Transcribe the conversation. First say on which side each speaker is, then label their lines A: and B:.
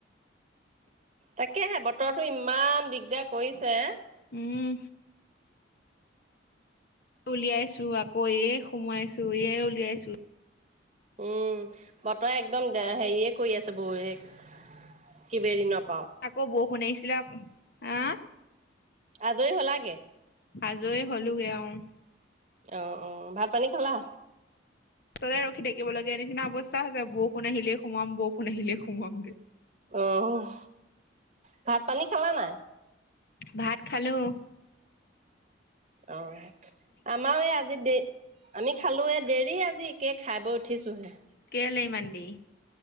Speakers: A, on the right; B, on the left.
A: তাকেহে বতৰো ইমান দিগদাৰ কৰিছে।
B: উম। উলিয়াইছো আকৌ এ সোমোৱাইছো এয়ে উলিয়াইছো।
A: উম বতৰে একদম দে হেৰিয়ে কৰি আছে বহুত কিবা দিনত
B: আকৌ বৰষুন আহছিলা, হা।
A: আজৰি হ'লাগে?
B: আজৰি হলোগে আও। অহ,
A: অ', অ', ভাত পানী খালা?
B: ওচৰতে ৰখি থাকিব লগগীয়া নিচিনা অৱস্থা হৈছে, বৰষুণ আহিলে সোমাম বৰষুণ আহিলেই সোমোৱামগৈ।
A: আহ ভাত পানী খালা না।
B: ভাত খালোঁ।
A: অ' আমাৰ এই আজি দে আমি খালো য়ে। দেৰি আজি একে খাই বৈ উঠিছো হে
B: কেলে ইমান দেৰি